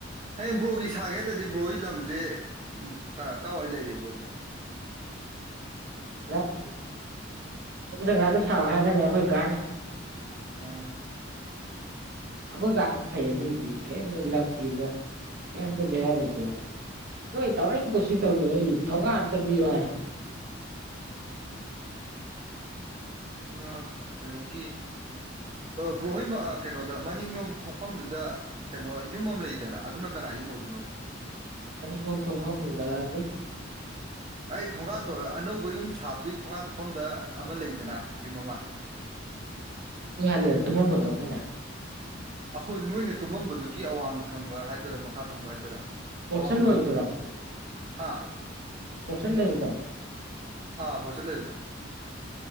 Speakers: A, on the right; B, on the right.
A: ꯍꯌꯦꯡ ꯕ꯭ꯔꯣꯒꯤ ꯁꯥꯒꯦꯔꯗꯤ ꯕ꯭ꯔꯣꯒꯤ ꯂꯝꯁꯦ ꯎꯝ ꯀꯋꯥꯏ ꯂꯩꯔꯤꯕ꯭ꯔꯣꯒꯦ
B: ꯌꯥꯝ ꯖꯒꯥꯗ ꯁꯥꯎ ꯍꯥꯏꯔꯒꯅꯦ ꯑꯩꯈꯣꯏ ꯀꯥꯟ <inaudible> <unintelligible>
A: ꯑꯝ <unintelligible> <inaudible>
B: ꯑꯩꯈꯣꯏ ꯀꯥꯗ ꯐꯩ ꯑꯗꯨꯒꯤꯗꯤ ꯀꯔꯤꯝꯇ ꯂꯝꯒꯤꯗ ꯀꯩꯝꯇ ꯕꯦꯔꯥ ꯂꯩꯇꯦ ꯅꯣꯏ ꯇꯧ ꯀꯁꯤꯁ ꯇꯧꯖꯣ ꯑꯩ ꯊꯣꯡꯒꯥ ꯑꯟꯇ ꯄꯤꯌꯣ ꯍꯥꯏ
A: ꯑ ꯀꯩꯅꯣꯒꯤ ꯕ꯭ꯔꯣꯍꯣꯏ ꯀꯩꯅꯣꯗ ꯃꯅꯤꯡꯂꯣꯝ ꯊꯣꯛꯐꯝꯗꯨꯗ ꯀꯩꯅꯣ ꯌꯨꯝ ꯑꯃ ꯂꯩꯗꯅ ꯑꯗꯨꯅ ꯀꯅꯥꯏꯨꯝ ꯑꯣꯗꯨꯅꯣ
B: ꯃꯅꯤꯡꯂꯣꯝ ꯊꯣꯡꯐꯝꯗ ꯑꯗꯨ
A: ꯑꯩ ꯊꯣꯡꯒꯥꯟ ꯑꯅꯧꯕ ꯌꯨꯝ ꯁꯥꯕꯗꯨ ꯊꯣꯡꯒꯥꯟ ꯊꯣꯛꯐꯝꯗ ꯑꯃ ꯂꯩꯗꯅ ꯌꯨꯝ ꯑꯃ <unintelligible> <inaudible>
B: ꯑꯩꯈꯍꯜꯂꯦ ꯇꯨꯝꯃꯝꯕꯗꯣ ꯑꯩꯈꯣꯏꯅ <inaudible>
A: ꯑꯩꯈꯣꯏ ꯅꯣꯏꯅ ꯇꯨꯝꯃꯝꯕꯗꯨꯒꯤ ꯑꯋꯥꯡ ꯊꯪꯕ ꯍꯥꯏꯗꯣꯏꯔꯥ ꯃꯈꯥ ꯊꯪꯕ ꯍꯥꯏꯗꯣꯏꯔꯥ
B: ꯄꯁꯟ
A: ꯑꯋꯥꯡ ꯊꯪꯕꯗꯣ
B: ꯂꯣꯏꯕꯗ꯭ꯔ
A: ꯍꯥ
B: ꯄꯁꯟ ꯂꯣꯏꯕꯗ
A: ꯑꯥ ꯐꯣꯔꯆꯠ ꯂꯩꯕꯗꯣ